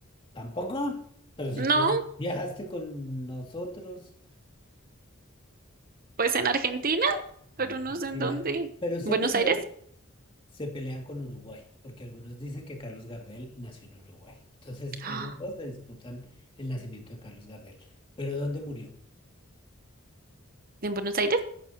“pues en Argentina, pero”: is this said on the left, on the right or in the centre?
Right